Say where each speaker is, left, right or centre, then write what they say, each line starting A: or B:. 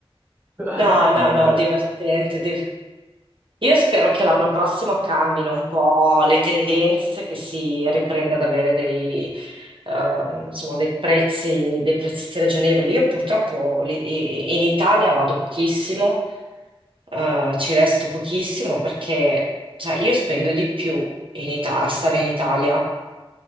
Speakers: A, on the right; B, on the right.
A: <clears throat>
B: No, no,
A: No,
B: no,
A: vabbè.
B: divertente, divertente. Io spero che l'anno prossimo cambino un po' le tendenze, che si riprenda ad avere dei, ehm, insomma, dei prezzi, dei prezzi ragionevoli. Io purtroppo li- i- in Italia vado pochissimo, eh, ci resto pochissimo perché cioè, io spendo di più in Ita- a stare in Italia.